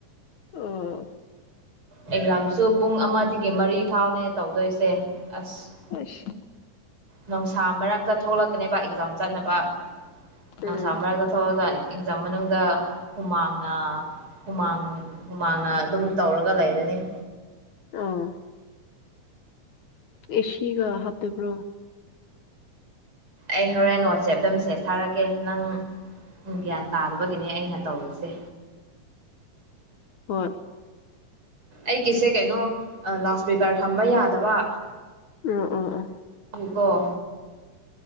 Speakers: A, on the left; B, on the right.
A: ꯑꯣ
B: ꯑꯦꯛꯖꯥꯝꯁꯨ ꯄꯨꯡ ꯑꯃꯗꯒꯤ ꯃꯔꯤ ꯐꯥꯎꯅꯦ ꯇꯧꯗꯣꯏꯁꯦ ꯑꯁ
A: ꯑꯁ
B: ꯅꯨꯡꯁꯥ ꯃꯔꯛ ꯍꯛꯇ ꯊꯣꯛꯂꯛꯀꯅꯦꯕ ꯑꯦꯛꯖꯥꯝ ꯆꯠꯅꯕ ꯅꯅꯨꯡꯁꯥ
A: ꯎꯝ
B: ꯃꯔꯛꯇ ꯊꯣꯛꯂꯒ ꯑꯦꯛꯖꯥꯝ ꯃꯅꯨꯡꯗ ꯍꯨꯃꯥꯡꯅ ꯍꯨꯃꯥꯡ ꯍꯨꯃꯥꯡꯅ ꯑꯗꯨꯝ ꯇꯧꯔꯒ ꯒ ꯂꯥꯏꯗꯅꯤ
A: ꯑꯣ ꯑꯦꯁꯤꯒ ꯍꯥꯞꯇꯕ꯭ꯔꯣ
B: ꯑꯩ ꯍꯣꯔꯦꯟ ꯋꯥꯆꯦꯞꯇ ꯃꯦꯁꯦꯖ ꯊꯥꯔꯛꯀꯦ ꯅꯪ ꯎꯝ ꯒ꯭ꯌꯥꯟ ꯇꯥꯗꯕꯒꯤꯅꯦ ꯑꯩꯅ ꯇꯧꯔꯤꯁꯦ
A: ꯍꯣꯏ
B: ꯑꯩꯒꯤꯁꯦ ꯀꯩꯅꯣ ꯂꯥꯎꯠ ꯏꯁꯄꯤꯀꯔ ꯊꯝꯕ ꯌꯥꯗꯕ
A: ꯎ ꯑ ꯑ
B: ꯑꯣ